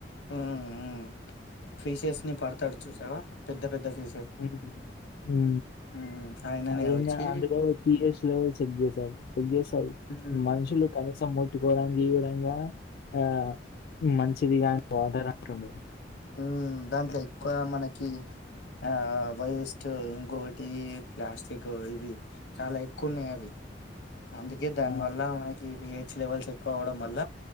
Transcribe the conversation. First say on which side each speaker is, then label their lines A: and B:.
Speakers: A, on the left; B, on the left.
A: మ్ హు ఫీషేస్ని పడుతాడు చూసావా పెద్ద పెద్ద ఫె
B: మ్ హు
A: ఉమ్ ఆయననే
B: అద్
A: వచ్చి
B: అందులో పిహెచ్ లెవెల్ చెక్ చేసారు గేసది
A: ఉమ్
B: మనుషులు కనీసం మొట్ గోడాంగి చుడాంగా ఆ మంచిది కానీ వాటర్ అంటుండు
A: హు దాంట్లో ఎక్కువ మనకి ఆ వేస్ట్ ఇంకొకటి ప్లాస్టిక్ ఇవి చాలా ఎక్కువున్నాయి అవి అందుకే దాని
B: ఆ
A: వల్ల మనకి ప్ చ్ లేవల్స్ ఎక్వవవ్వడం వాళ్ళ